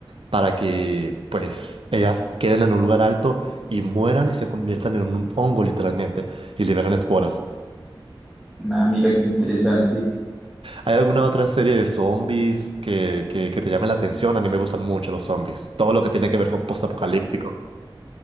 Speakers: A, on the right; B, in the centre.
A: para que pues ellas queden en un lugar alto y mueran y se conviertan en un hongo literalmente y liberan esporas.
B: Ah, mira qué interesante.
A: ¿Hay alguna otra serie de zombies que, que, que te llame la atención? A mí me gustan mucho los zombies, todo lo que tiene que ver con postapocalíptico.